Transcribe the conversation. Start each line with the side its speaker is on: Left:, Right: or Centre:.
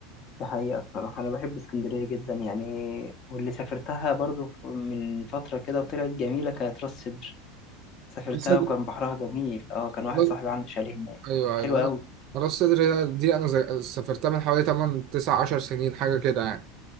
Left: دي حقيقة الصراحة أنا بحب اسكندرية جدا يعني واللي سافرتها برضو ف- من فترة كده وطلعت جميلة كانت راس سدر سافرتها
Right: راس صدر
Left: وكان بحرها جميل اه كان واحد
Right: لا-
Left: صاحبي عنده شاليه هناك
Right: ايوه
Left: كانت
Right: ايوه
Left: حلوة قوي
Right: راس صدر دي انا ز- سافرتها من حوالي 8 9 10 سنين حاجه كده يعني